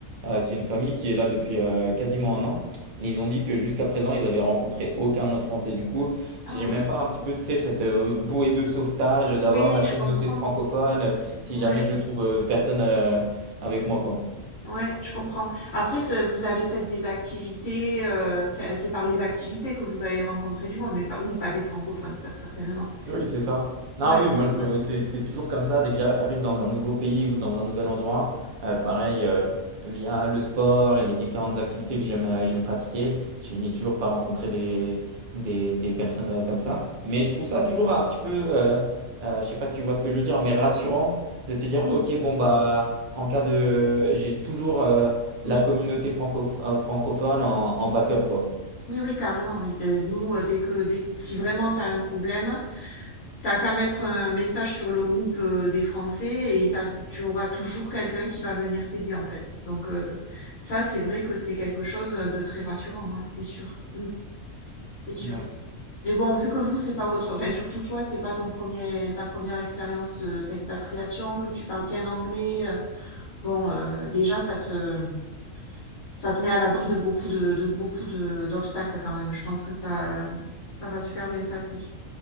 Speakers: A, on the right (about 75°); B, on the left (about 65°).
A: Euh, c'est une famille qui est là depuis euh, quasiment un an. Ils ont dit que jusqu'à présent, ils avaient rencontré aucun autre Français. Du coup,
B: ah
A: j'ai
B: ouais,
A: même pas un petit peu, tu sais, cette euh, bouée de sauvetage d'avoir
B: oui,
A: la
B: je
A: communauté
B: comprends,
A: de francophones. Euh, Si
B: ouais,
A: jamais je trouve euh, personne euh, avec moi, quoi.
B: ouais, je comprends. Après, ça- vous avez peut-être des activités, euh, c'est c'est par les activités que vous allez rencontrer du monde, mais pas, oui, pas des francophones, cer- certainement.
A: Oui, c'est ça. Non,
B: Ouais,
A: oui, moi,
B: ouais,
A: je me...
B: ouais.
A: c'est c'est toujours comme ça. Dès que j'arrive dans un nouveau pays ou dans un nouvel endroit, euh, pareil, euh, via le sport et les différentes activités que j'aime euh, j'aime pratiquer, je finis toujours par rencontrer des, des, des personnes euh, comme ça. Mais je trouve ça
B: Hmm.
A: toujours un petit peu, euh, euh, je sais pas si tu vois ce que je veux dire, mais rassurant de te dire,
B: Oui,
A: ok, bon, bah, en cas de... J'ai toujours euh,
B: oui.
A: la communauté franco euh, francophone en, en backup, quoi.
B: Oui, oui, carrément, oui. Euh, nous, euh, dès que, dès, si vraiment tu as un problème, t'as qu'à mettre un message sur le groupe euh, des Français et t'as- tu auras toujours quelqu'un qui va venir t'aider, en fait. Donc, euh, ça, c'est vrai que c'est quelque chose euh, de très rassurant, hein, c'est sûr. Mm, c'est sûr.
A: Ouais.
B: Mais bon, vu que vous, c'est pas votre, enfin, surtout toi, c'est pas ton premier, ta première expérience de- d'expatriation, que tu parles bien anglais, euh, bon, euh, déjà, ça te, ça te met à l'abri de beaucoup de, de beaucoup de d'obstacles quand même. Je pense que ça, ça va super bien se passer.